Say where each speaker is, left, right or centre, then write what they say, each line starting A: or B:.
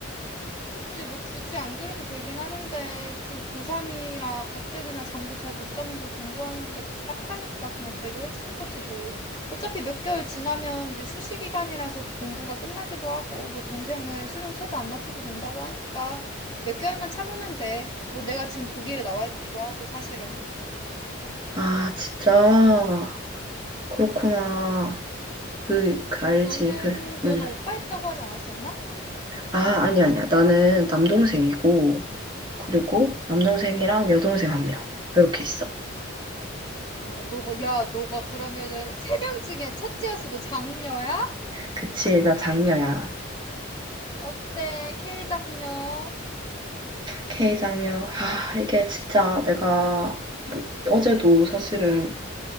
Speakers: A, on the left; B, on the right.
A: 그치, 뭐 굳이 안 그래도 되긴 하는데, 그 고3이라 가뜩이나 잠도 잘 못 자면서 공부하는데 딱 하니까 그냥 배려해주는 거지, 뭐. 어차피 몇 개월 지나면 이제 수시 기간이라서 공부가 끝나기도 하고, 뭐 동생은 수능 최저 안 맞춰도 된다고 하니까 몇 개월만 참으면 돼. 뭐 내가 지금 독일에 나와 있기도 하고, 사실은.
B: 아, 진짜. 그렇구나. 그, 그 알지,
A: 너는,
B: 그,
A: 너는
B: 음.
A: 오빠 있다고 하지 않았었나?
B: 아, 아니야, 아니야. 나는 남동생이고, 그리고 남동생이랑 여동생 한 명. 이렇게 있어.
A: 뭐야, 너가, 야, 너가 그러면은 세 명 중에 첫째였어. 너 장녀야?
B: 그치, 나 장녀야.
A: 어때, K 장녀?
B: K 장녀. 아, 이게 진짜 내가, 뭐, 어제도 사실은